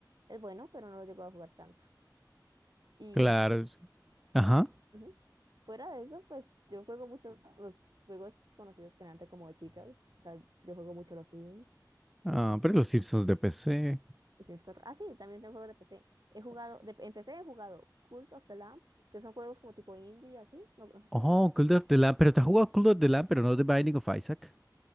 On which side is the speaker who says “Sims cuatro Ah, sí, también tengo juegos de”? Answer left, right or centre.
Right